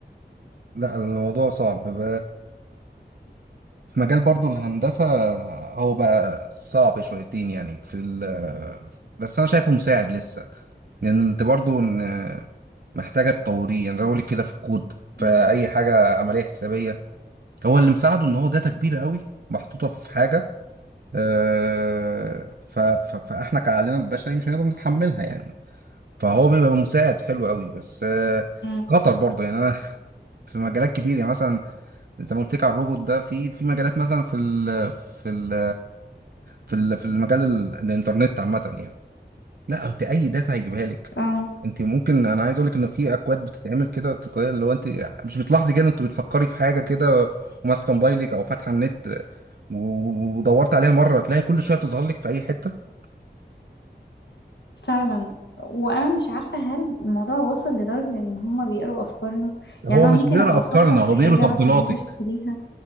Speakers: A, on the right; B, on the left.
A: لا الموضوع صعب ب... في مجال برضو الهندسة هو بقى صعب شويتين يعني في ال... بس أنا شايفه مساعد لسه لان انت برضو إن- محتاجه تطوريه يعني زي ما بقولك كده في الكود
B: مم.
A: في اي حاجه عمليه حسابيه هو اللي مساعده ان هو داتا كبيره قوي محطوطه في حاجه آه، ف- ف- فاحنا كعقلنا البشري مش هنقدر نتحملها يعني فهو بيبقى مساعد حلو قوي بس آه،
B: مم.
A: خطر برضه يعني انا <laughs> في مجالات كتير يعني مثلا زي ما قلت لك على الروبوت ده في في مجالات مثلا في ال في ال في ال في المجال ال- الانترنت عامه يعني لا انت اي داتا هيجيبها لك
B: اه
A: انت ممكن انا عايز اقول لك ان في اكواد بتتعمل كده تلقائيا لو انت مش بتلاحظي كده انت بتفكري في حاجه كده وماسكه موبايلك او فاتحه النت و- ودورت عليها مره تلاقي كل شويه بتظهر لك في اي حته
B: فعلا وانا مش عارفه هل الموضوع وصل لدرجه ان هما بيقروا افكارنا
A: هو
B: يعني انا
A: مش
B: ممكن
A: بيقرا
B: ابقى
A: افكارنا
B: افكر في
A: هو
B: حاجه
A: بيقرا تفضيلاتك
B: مثلا عايزه اشتريها